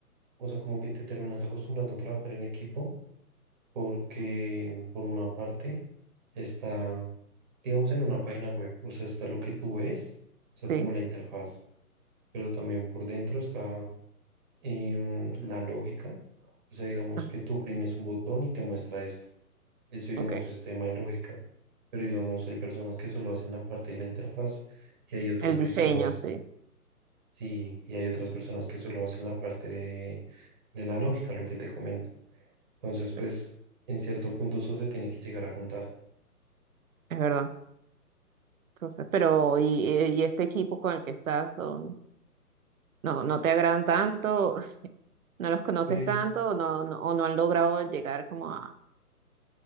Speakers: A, on the right (about 30°); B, on the right (about 60°).
A: o sea, como que te terminas acostumbrando a trabajar en equipo porque por una parte está, digamos, en una página web, o sea, está lo que tú ves, o
B: sí.
A: sea, como la interfaz, pero también por dentro está em, la lógica, o sea, digamos
B: Ah,
A: que tú oprimes un botón y te muestra esto, eso, digamos,
B: ok.
A: es tema de lógica, pero digamos, hay personas que solo hacen la parte de la interfaz y hay otras
B: El
A: que
B: diseño,
A: solo hacen,
B: sí.
A: sí, y hay otras personas que solo hacen la parte de, de la lógica, lo que te comento. Entonces, pues,
B: Es
A: en cierto punto eso se tiene que llegar a juntar.
B: verdad. Entonces, pero y, eh, y este equipo con el que estás son, no, no te agradan tanto, <laughs> no los conoces
A: Pues,
B: tanto, o no, no, o no han logrado llegar como a,